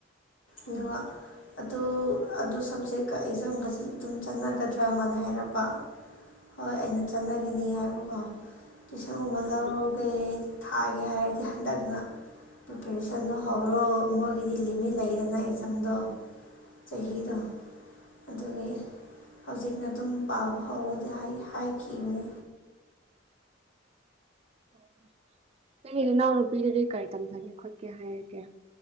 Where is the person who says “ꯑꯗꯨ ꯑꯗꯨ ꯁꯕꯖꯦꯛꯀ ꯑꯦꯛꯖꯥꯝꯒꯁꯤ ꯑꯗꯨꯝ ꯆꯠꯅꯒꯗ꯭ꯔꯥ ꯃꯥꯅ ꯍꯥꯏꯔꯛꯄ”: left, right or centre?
Left